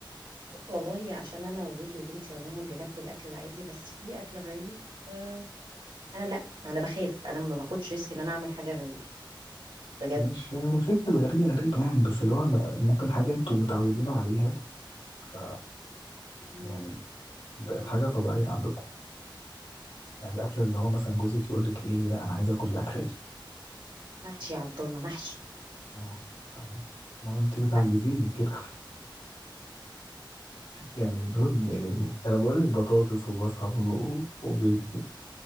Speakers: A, on the right; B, on the left.
A: قلت والله عشان أنا وجوزي وبنتي عموما بناكل الأكل العادي بس في أكل غريب آه، انا لا انا بخاف انا ما باخدش ريسك ان انا اعمل حاجه غريبه بجد
B: مش مش فكرة غريبة غريبة يعني بس اللي هو أنا- ممكن حاجة انتوا متعودين عليها ف يعني
A: أنا
B: بقت
A: حاجه متعوده
B: حاجة طبيعية عندكم يعني الأكل اللي هو مثلا جوزك يقول لك ايه لا أنا عايز آكل الأكلة دي
A: محشي يا عبد الله محشي
B: اه تمام ما انت بتعجزيني
A: محشي
B: كده يعني المهم يعني انا بقول لك بطاطس وبصل و- وبيض